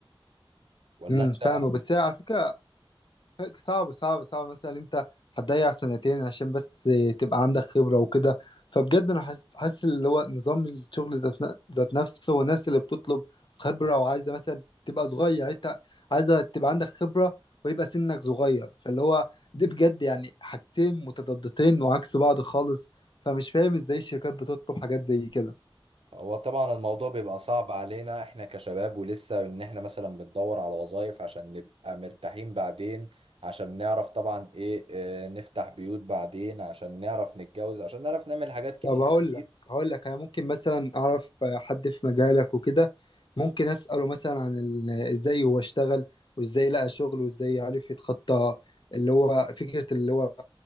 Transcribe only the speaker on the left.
امم
فاهمك بس هي على فكره صعب صعب صعب مثلا انت هتضيع سنتين عشان بس تبقى عندك خبرة وكده فبجد انا حاسس حاسس اللي هو نظام الشغل ذات ن- ذات نفسه والناس اللي بتطلب خبرة وعايزة مثلا تبقى صغير انت عايزة تبقى عندك خبرة ويبقى سنك صغير فاللي هو دي بجد يعني حاجتين متضادتين وعكس بعض خالص فمش فاهم ازاي الشركات بتطلب حاجات زي كده
طب هقول
لك هقول لك انا ممكن مثلا اعرف حد في مجالك وكده ممكن اساله مثلا عن ال- ازاي هو اشتغل وازاي لقى شغل وازاي عرف يتخطى اللي هو فكرة اللي هو